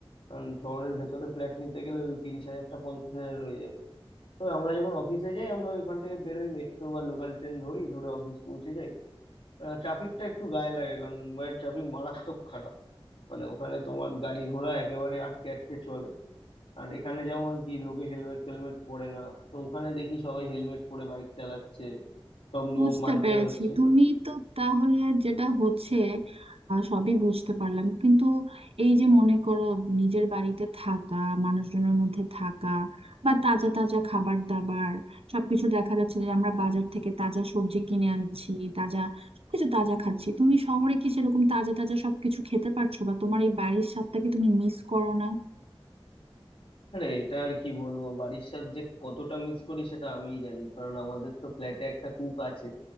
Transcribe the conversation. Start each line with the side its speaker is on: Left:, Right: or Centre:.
Left: কারণ শহরের ভেতরে ফ্ল্যাট নিতে গেলে ওই তিরিশ হাজারটা পঞ্চাশ হাজার হয়ে যাবে তো আমরা যখন অফিসে যাই আমরা ওইখান থেকে বেরোই মেট্রো বা লোকাল ট্রেন ধরি ধরে অফিস পৌঁছে যাই ট্রাফিকটা একটু গায়ে লাগে কারণ মুম্বাইয়ের ট্রাফিক মারাত্মক খারাপ মানে ওখানে তোমার গাড়ি ঘোড়া একেবারে আটকে আটকে চলে আর এখানে যেমন কি লোকে হেলমেট ফেলমেট পরে না তো ওখানে দেখি সবাই হেলমেট পরে বাইক চালাচ্ছে সব নিয়ম
Right: বুঝতে
Left: মানতে
Right: পেরেছি
Left: হচ্ছে
Right: তুমি তো তাহলে যেটা হচ্ছে আহ, সবই বুঝতে পারলাম কিন্তু এই যে মনে করো নিজের বাড়িতে থাকা মানুষজনের মধ্যে থাকা বা তাজা তাজা খাবার দাবার সবকিছু দেখা যাচ্ছে যে আমরা বাজার থেকে তাজা সবজি কিনে আনছি তাজা সবকিছু তাজা খাচ্ছি তুমি শহরে কি সেরকম তাজা তাজা সবকিছু খেতে পারছো বা তোমার এই বাড়ির স্বাদটাকে তুমি মিস করো না
Left: আরে এটা আর কি বলবো বাড়ির সাথে যে কতটা মিস করি সেটা আমিই জানি কারণ আমাদের তো ফ্ল্যাটে একটা কুক আছে